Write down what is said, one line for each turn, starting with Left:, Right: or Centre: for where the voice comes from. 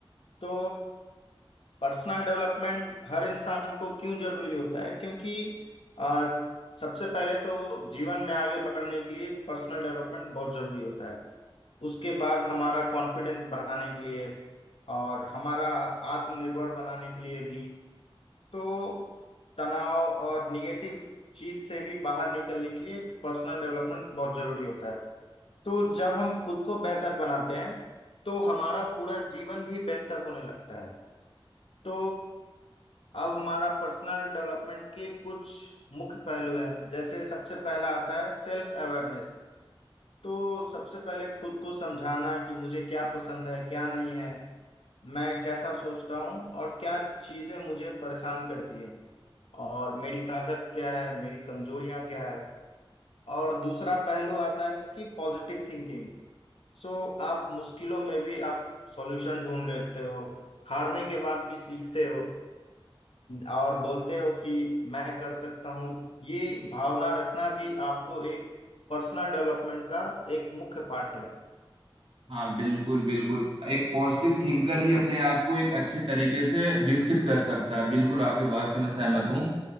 Left: तो पर्सनल डेवलपमेंट हर इंसान को क्यों जरूरी होता है क्योंकि आ, सबसे पहले तो जीवन में आगे बढ़ने के लिए पर्सनल डेवलपमेंट बहुत जरूरी होता है उसके बाद हमारा कॉन्फिडेंस बढ़ाने के लिए और हमारा आत्मनिर्भर बनाने के लिए भी तो तनाव और निगेटिव चीज से भी बाहर निकलने के लिए पर्सनल डेवलपमेंट बहुत जरूरी होता है तो जब हम खुद को बेहतर बनाते हैं तो हमारा पूरा जीवन भी बेहतर होने लगता है तो अब हमारा पर्सनल डेवलपमेंट के कुछ मुख्य पहलू हैं जैसे सबसे पहला आता है सेल्फ अवेयरनेस तो सबसे पहले खुद को समझाना कि मुझे क्या पसंद है क्या नहीं है मैं कैसा सोचता हूँ और क्या चीज़ें मुझे परेशान करती हैं और मेरी ताकत क्या है मेरी कमजोरियां क्या है और दूसरा पहलू आता है कि पॉजिटिव थिंकिंग सो आप मुश्किलों में भी आप सॉल्यूशन ढूंढ लेते हो हारने के बाद भी सीखते हो और बोलते हो कि मैं कर सकता हूँ ये भावना रखना भी आपको एक पर्सनल डेवलपमेंट का एक मुख्य पार्ट है
Right: हाँ बिल्कुल बिल्कुल एक पॉजिटिव थिंकर ही अपने आप को एक अच्छे तरीके से विकसित कर सकता है बिल्कुल आपके बात से मैं सहमत हूँ